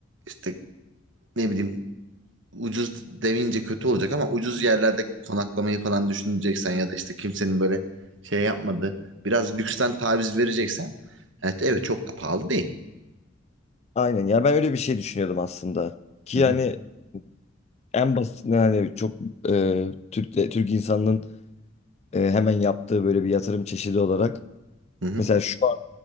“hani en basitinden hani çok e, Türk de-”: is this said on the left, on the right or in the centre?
Left